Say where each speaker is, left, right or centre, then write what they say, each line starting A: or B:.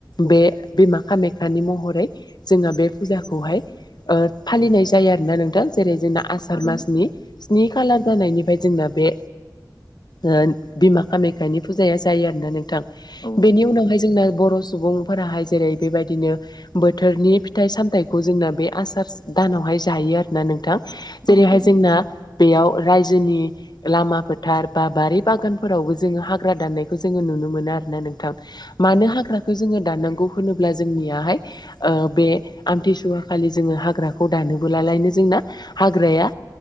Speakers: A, on the left; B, on the left.
A: बे बिमा खामाख्याानि महरै जोंहा बे फुजाखौहाय ओ फालिनाय जायो आरोना नोंथां। जेरै जोंना आसार
B: औ थारैनो
A: मासनि स्नि खालार जानायनिफ्राय जोंना बे ओ बिमा कामाय्खानि फुजाया जे जायो आरोना नोंथां।
B: औ नंगौ
A: बेनि उनावहाय जोंना बर' सुबुंफोराहाय जेरै बेबायदिनो बोथोरनि फिथाइ सामथायाइखौ जोंना बे आसार दानावहाय जायो आरोना नोंथां।
B: औ
A: जेरैहाय
B: थारैनो
A: जोंना बेयाव रायजोनि लामा फोथार बा बारि बागानफोरावबो जोंङो हाग्रा दानाय खौ जोंङो नुनो मोनो आरोना नोंथां। मानो हाग्राखौ जोंङो दाननांगौ होनोब्ला जोंनियाहाय ओ बे आमथिसुवा खालि जोंङो हाग्राखौ दानोबोलालायनो जोंना हाग्राया